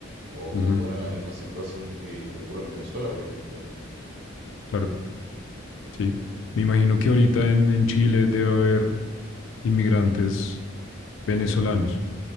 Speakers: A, on the right; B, on the left.
A: o,
B: Ujú,
A: o, bueno, la misma situación eh, que ocurre en Venezuela, por ejemplo.
B: claro, sí. Me imagino que ahorita en, en Chile debe haber inmigrantes venezolanos.